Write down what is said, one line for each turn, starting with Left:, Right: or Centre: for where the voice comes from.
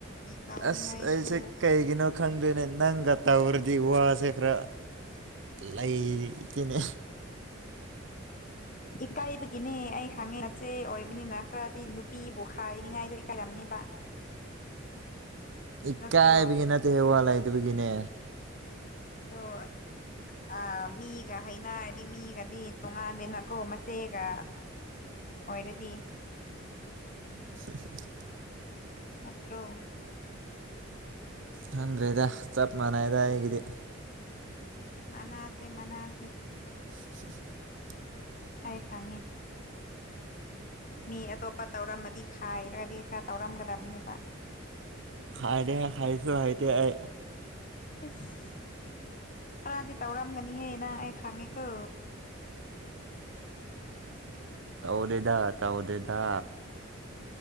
Left: ꯇꯧꯅꯤꯡꯉꯥꯏꯁꯨ
Right: ꯑꯁ ꯑꯩꯁꯦ ꯀꯩꯒꯤꯅꯣ ꯈꯪꯗꯦꯅꯦ ꯅꯪꯒ ꯇꯧꯔꯗꯤ ꯋꯥꯁꯦ ꯈꯔ ꯂꯩꯇꯦꯅꯦ
Left: ꯏꯀꯥꯏꯕꯒꯤꯅꯦ ꯑꯩ ꯍꯪꯉꯦ ꯅꯆꯦ ꯑꯣꯏꯕꯅꯤꯅ ꯈꯔꯗꯤ ꯅꯨꯄꯤꯕꯨ ꯍꯥꯏꯅꯤꯡꯉꯥꯏꯗꯣ ꯏꯀꯥꯏꯔꯝꯅꯤꯕ
Right: ꯏꯀꯥꯏꯕꯒꯤ
Left: ꯅꯠꯇ꯭ꯔꯣ
Right: ꯅꯠꯇꯦꯍꯦ ꯋꯥ ꯂꯩꯇꯕꯒꯤꯅꯦ
Left: ꯇꯣ ꯑꯥ ꯃꯤꯒ ꯍꯩꯅꯔꯗꯤ ꯃꯤꯒꯗꯤ ꯇꯉꯥꯜꯂꯦꯅꯀꯣ ꯃꯆꯦꯒ ꯑꯣꯏꯔꯗꯤ
Right: <inaudible>
Left: ꯅꯠꯇ꯭ꯔꯣ
Right: ꯈꯪꯗ꯭ꯔꯦꯗ ꯆꯞ ꯃꯥꯟꯅꯩꯗ ꯑꯩꯒꯤꯗꯤ
Left: ꯃꯅꯥꯗꯦ ꯃꯅꯥꯗ꯭ꯔꯦ꯫
Right: <inaudible>
Left: ꯑꯩ ꯈꯪꯉꯤ꯫ ꯃꯤ ꯑꯇꯣꯞꯄ ꯇꯧꯔꯝꯃꯗꯤ ꯍꯥꯏꯔꯥꯗꯤ ꯈꯔꯥ ꯇꯧꯔꯝꯒꯗꯕꯅꯦꯕ꯫
Right: ꯈꯥꯏꯔꯦ <inaudible> ꯍꯥꯏꯗꯦ ꯑꯩ꯫
Left: ꯏꯁꯁ ꯈꯔꯥꯗꯤ ꯇꯧꯔꯝꯒꯅꯤꯍꯦ ꯅꯪ ꯑꯩ ꯈꯪꯉꯤꯀꯣ꯫
Right: ꯇꯧꯗꯦꯗ ꯇꯧꯗꯦꯗ꯫